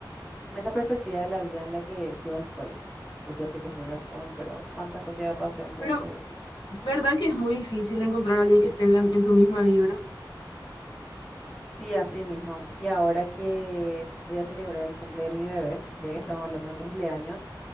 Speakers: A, in the centre; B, on the left.
A: en esa perspectiva de la vida en la que yo estoy. Pues yo sé que soy re joven, pero tantas cosas ya pasé, entonces
B: pero verdad que es muy difícil encontrar a alguien que esté en, la- en tu misma vibra.
A: sí, así mismo. Y ahora que voy a celebrar el cumple de mi bebé, ya que estamos hablando de cumpleaños,